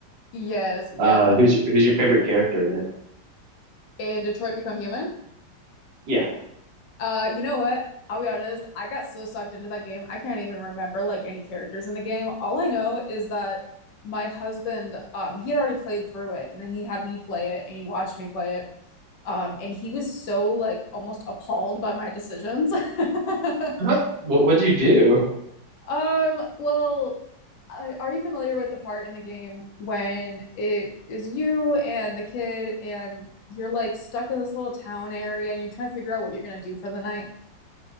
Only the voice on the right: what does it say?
Uh, who's who's your favorite character in it?
Yeah.
Uh-huh. What what'd you do?